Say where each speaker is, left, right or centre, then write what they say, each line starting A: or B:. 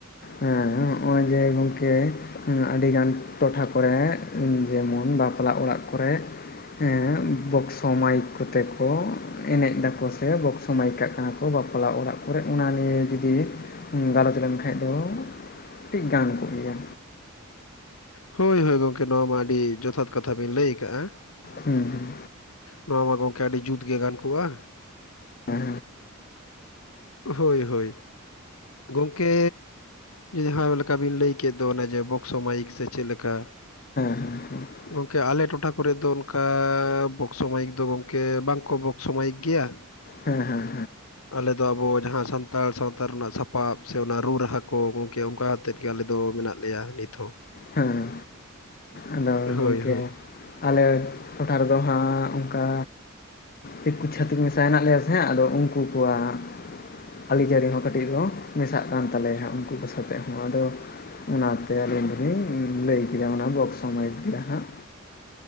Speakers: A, on the left (about 45°); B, on the left (about 80°).
A: ᱦᱮᱸ ᱚᱭ ᱡᱮ ᱜᱚᱝᱠᱮ ᱟᱹᱰᱤᱜᱟᱱ ᱴᱚᱴᱷᱟ ᱠᱚᱨᱮ ᱡᱮᱢᱚᱱ ᱵᱟᱯᱞᱟ ᱚᱲᱟᱜ ᱠᱚᱨᱮ ᱦᱮᱸ, ᱵᱚᱠᱥᱚ ᱢᱟᱭᱤᱠ ᱠᱚᱛᱮ ᱠᱚ ᱮᱱᱮᱡ ᱮᱫᱟ ᱠᱚ ᱥᱮ ᱥᱚ ᱢᱟᱭᱤᱠ ᱠᱟᱜ ᱠᱟᱱᱟ ᱠᱚ ᱵᱟᱯᱞᱟ ᱚᱲᱟᱜ ᱠᱚᱨᱮ ᱚᱱᱟ ᱱᱤᱭᱮ ᱡᱚᱫᱤ ᱜᱟᱞᱚᱪ ᱞᱮᱱ ᱠᱷᱟᱡ ᱫᱚ ᱴᱤᱡ ᱜᱟᱱ ᱠᱚᱜ ᱜᱮᱭᱟ
B: ᱦᱳᱣ ᱦᱳᱣ ᱜᱚᱝᱠᱮ ᱱᱚᱣᱟ ᱢᱟ ᱟᱹᱰᱤ ᱡᱚᱛᱷᱟᱛ ᱠᱟᱛᱷᱟ ᱵᱤᱱ ᱞᱟᱹᱭ ᱟᱠᱟᱼᱟ᱾
A: ᱦᱩᱸ ᱦᱩᱸ
B: ᱱᱚᱣᱟ ᱢᱟ ᱜᱚᱝᱠᱮ ᱟᱹᱰᱤ ᱡᱩᱛ ᱜᱮ ᱜᱟᱱ ᱠᱚᱜᱼᱟ᱾
A: ᱦᱮᱸ
B: ᱦᱳᱣ ᱦᱳᱣ, ᱜᱚᱝᱠᱮ ᱡᱟᱦᱟ ᱞᱮᱠᱟ ᱵᱤᱱ ᱞᱟᱹᱭ ᱠᱮᱫ ᱫᱚ ᱚᱱᱮ‌ ᱡᱮ ᱵᱚᱠᱥᱚ ᱢᱟᱭᱤᱠ ᱥᱮ ᱪᱮᱫ‌ ᱞᱮᱠᱟ‍᱾
A: <inaudible>
B: ᱜᱚᱝᱠᱮ ᱟᱞᱮ ᱴᱚᱴᱷᱟ ᱠᱚᱨᱮ ᱫᱚ ᱚᱱᱠᱟ ᱵᱚᱠᱥᱚ ᱢᱟᱭᱤᱠ ᱫᱚ ᱜᱚᱝᱠᱮ ᱵᱟᱝᱠᱚ ᱵᱚᱠᱥᱚ ᱢᱟᱭᱤᱠ ᱜᱮᱭᱟ,
A: ᱦᱮᱸ ᱦᱮᱸ ᱦᱮᱸ
B: ᱟᱞᱮ ᱫᱚ ᱟᱵᱚ ᱡᱟᱦᱟᱸ ᱥᱟᱱᱛᱟᱲ ᱥᱟᱶᱛᱟ ᱨᱮᱱᱟᱜ ᱥᱟᱯᱟᱵ ᱥᱮ ᱚᱱᱟ ᱨᱩ ᱨᱟᱦᱟ ᱠᱚ ᱜᱚᱝᱠᱮ ᱚᱝᱠᱟ ᱟᱛᱮᱫ ᱜᱮ ᱟᱞᱮ ᱫᱚ ᱢᱮᱱᱟᱜ ᱞᱮᱭᱟ ᱱᱤᱛ ᱦᱚᱸ᱾
A: ᱦᱮᱸ ᱟᱫᱚ
B: ᱦᱳᱣ
A: ᱜᱚᱝᱠᱮ
B: ᱦᱳᱣ,
A: ᱟᱞᱮ ᱴᱚᱴᱷᱟ ᱨᱮᱫᱚ ᱦᱟᱸᱜ ᱚᱝᱠᱟ ᱫᱤᱠᱩ ᱪᱷᱟᱹᱛᱤᱠ ᱢᱮᱥᱟ ᱦᱮᱱᱟᱜ ᱞᱮᱭᱟ ᱥᱮ ᱟᱫᱚ ᱩᱝᱠᱩ ᱠᱚᱣᱟᱜ ᱟᱹᱨᱤᱪᱟᱹᱞᱤ ᱦᱚᱸ ᱠᱟᱹᱴᱤᱡ ᱫᱚ ᱢᱮᱥᱟᱜ ᱠᱟᱱ ᱛᱟᱞᱮᱭᱟ ᱦᱟᱸᱜ ᱩᱱᱠᱩ ᱠᱚ ᱥᱟᱛᱮᱜ ᱦᱚᱸ ᱟᱫᱚ ᱚᱱᱟᱛᱮ ᱟᱹᱞᱤᱧ ᱫᱚᱞᱤᱧ ᱞᱟᱹᱭ ᱠᱮᱫᱟ ᱚᱱᱟ ᱵᱚᱠᱥ‌ᱚ ᱢᱟᱹᱭᱤᱠ ᱜᱮ ᱦᱟᱸᱜ